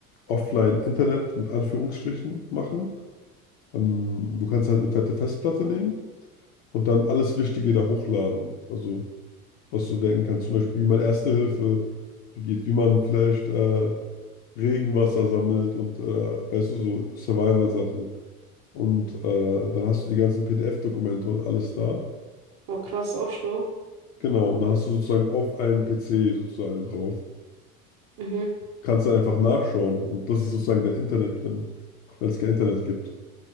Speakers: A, on the left; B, on the right.
A: offline Internet mit Anführungsstrichen machen. Ähm, du kannst halt eine fette Festplatte nehmen und dann alles Wichtige da hochladen. Also, was du denken kannst, zum Beispiel, wie man Erste Hilfe begeht, wie man vielleicht äh, Regenwasser sammelt und, äh, weißt du, so Survival-Sachen.
B: Mhm.
A: Und äh, dann hast du die ganzen PDF-Dokumente und alles da.
B: Oh, krass, auch schlau.
A: Genau, und da hast du sozusagen auf einem PC sozusagen drauf.
B: Mhm.
A: Kannst dann einfach nachschauen und das ist sozusagen dein Internet, wenn wenn es kein Internet gibt.